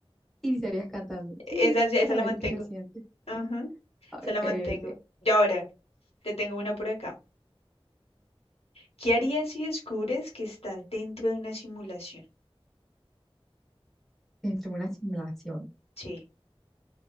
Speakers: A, in the centre; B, on the left (about 80°).
A: Iniciarías cantando, sí,
B: Esa, sí, esa
A: para
B: la
A: ver
B: mantengo.
A: qué se siente.
B: Ajá,
A: Ok,
B: esa la mantengo.
A: ok.
B: Y ahora, te tengo una por acá. ¿Qué harías si descubres que estás dentro de una simulación?
A: dentro de una simulación.
B: Sí,